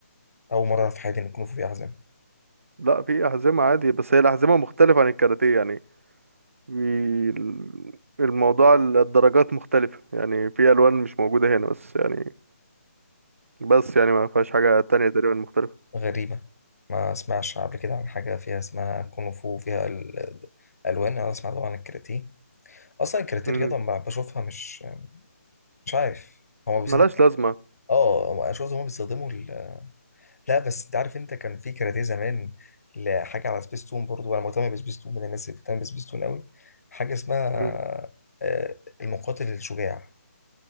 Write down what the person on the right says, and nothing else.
لا في أحزمة عادي بس هي الأحزمة مختلفة عن الكاراتيه يعني في ال- الموضوع ال- الدرجات مختلفة يعني في ألوان مش موجودة هنا بس يعني بس يعني ما فيهاش حاجة تانية تقريبا مختلفة
مم.
ملهاش لازمة
مم.